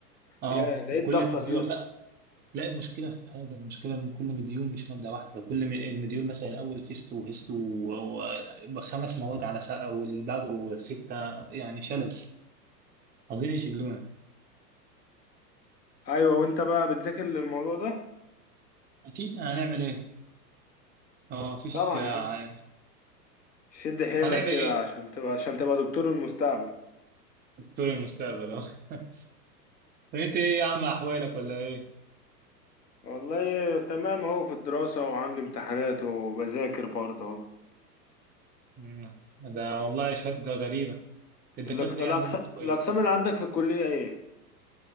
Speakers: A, on the right; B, on the left.
A: اه
B: يا ده
A: وكل
B: ايه الضغطه
A: مديول
B: دي يا اسطى
A: بقى لا المشكلة في حاجة المشكلة إن كل مديول مش مادة واحدة كل م- المديول مثلا الأول فيستو وهيستو و- وخمس مواد على ساعة والبعده ستة يعني شلل عاوزين يشلونا
B: ايوه وانت بقى بتذاكر للموضوع ده
A: أكيد هنعمل إيه؟ اه مفيش
B: طبعا
A: آه،
B: يا عم
A: يعني
B: شد حيلك
A: هنعمل
B: كده
A: إيه في
B: عشان تبقى عشان تبقى دكتور المستقبل
A: دكتور المستقبل اه انت ايه يا عم احوالك ولا ايه
B: والله تمام اهو في الدراسة وعندي امتحانات وبذاكر برضه اهو
A: مم. ده والله شهادة غريبة الدكاترة
B: الأق- الأقس-
A: ايه عاملين معاكوا
B: الأقسام
A: ايه
B: اللي عندك في الكلية ايه؟